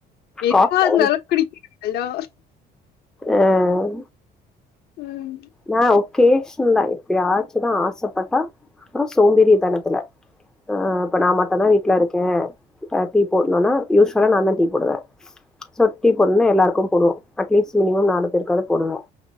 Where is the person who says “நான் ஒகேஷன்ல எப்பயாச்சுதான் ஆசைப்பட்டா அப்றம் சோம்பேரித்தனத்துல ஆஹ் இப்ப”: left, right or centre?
Centre